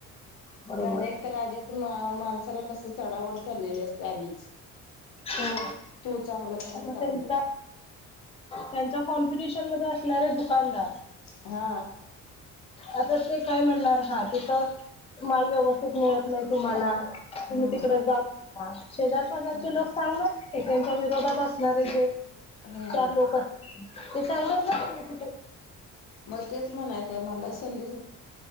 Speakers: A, on the left (about 20°); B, on the left (about 85°).
A: बरोबर.
B: कारण एक तर आधीच मा माणसाला कसं चडावड चाललेली असते आधीच
A: हो.
B: तू चांगलं का
A: आता
B: मी चांगलं
A: त्यांचा, त्यांच्या कॉम्पिटिशन मध्ये असणारे दुकानदार.
B: हा.
A: आता ते काय म्हणणार हा तिथं माल व्यवस्थित मिळत नाही तुम्हाला. तुम्ही
B: हा
A: तिकड जाऊ शेजार बाजारचे
B: हा
A: लोक सांगले त्यांच्या विरोधात असणारे जे.
B: हा
A: चार लोक, ते सांगणार ना त तिथ
B: म तेच म्हणायचंय मला संधी